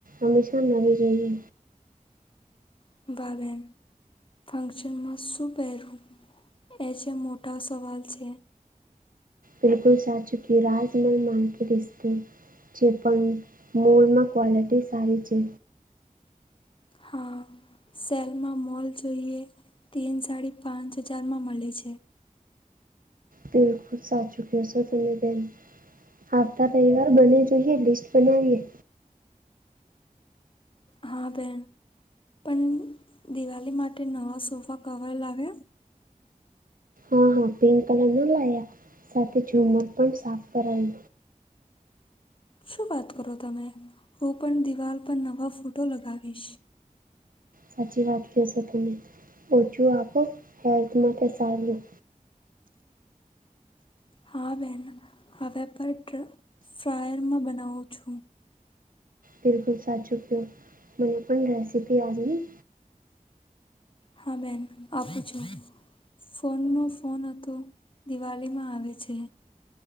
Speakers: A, on the right (about 80°); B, on the left (about 40°).
A: હંમેશા નવી રઈએ
B: <unintelligible> ફંક્શનમાં શું પહેરું એ જે મોટા સવાલ છે.
A: બિલકુલ સાચુ કયું રાજમલમાં કે રિશતો છે પણ મોલ માં ક્વલિટી સારી છે.
B: હા સેલમાં મોલ જોઈએ તીન સાડી પાંચ હજારમાં મળે છે.
A: બિલકુલ સાચુ ક્યો છો તમે બેન આવતા તહેવાર બને જોઈએ લિસ્ટ બનાવીએ.
B: હા બેન પણ દિવાળી માટે નવા સોફા કવર લાવ્યા?
A: હા-હા પિંક કલર ના લાયા સાથે ઝુમર પણ સાફ કરાયું
B: શું વાત કરો તમે હું પણ દિવાલ પર નવા ફોટો લગાવીશ.
A: સાચી વાત કહેશો તમે ઓછું આપો હેલ્થ માટે સારું
B: હા બેન હવે બટ ફ્રાયરમાં બનાવું છું.
A: બિલકુલ સાચું કયો મને પણ રેસીપી આલની
B: હા બેન આપું છું. ફોનનો ફોન હતો દિવાળીમાં આવે છે.